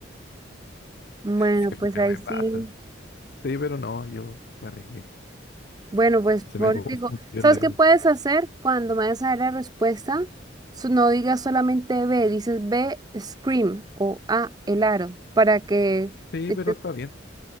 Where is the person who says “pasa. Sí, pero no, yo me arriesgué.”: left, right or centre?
Left